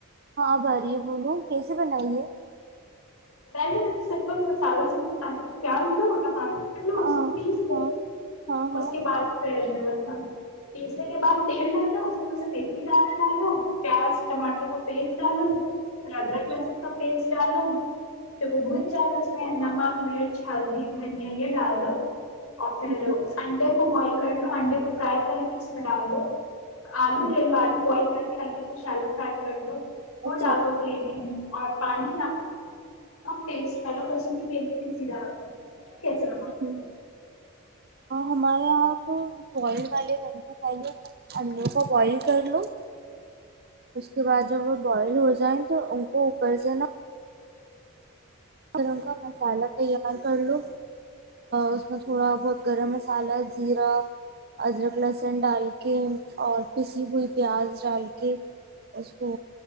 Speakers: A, on the right (about 45°); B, on the left (about 90°).
A: ہاں بھاری بولو کیسے بنائیے
B: میں نے م سمپل مسالوں سےاتتی ہوں پز ن م پ لو
A: ہاں
B: اس کو پیس لو
A: ہاں ہاں ہاں
B: اس کے بعد پ ہ پیسنے کے بعد تیل ڈالو اس میں تے مرگی دالا ڈالو پیاز ٹماٹر کا پیسٹ ڈالو پھر ادراک
A: اچھا
B: لہسن کا پیس چالو <unintelligible> جب وہ
A: ہوں،
B: بھن جائے تو اس میں نمک مرچ ہلدی دھنیا یہ ڈال دو اور
A: ہوں،
B: پھر سنڈے کو بوائل کر لو انڈے کو فرائی کر کے اس میں ڈال دوو آلو
A: ہوں،
B: لے لو آلو بوائل کر ہلکے سے شالو فرائی کر لو وہ
A: اچھا
B: ڈال دو گریوی میں اور پانچ ا پس پہ کسور پ پیسی دیا <unintelligible> کیسے بناتی
A: ہوں۔
B: ہے
A: ہمارے یہاں تو بوائل والے گھنٹے پہلے انڈے کو بوائل کر لو اس کے بعد جب وہ بوائل ہو جائیں تو ان کو اوپر سے نا گرم کا مسالحہ تیار کر لو اس میں تھوڑا بہت گرم مسالحہ زیرہ ادرک لہسن ڈال کے اور پسی ہوئی پیاز ڈال کے اس کو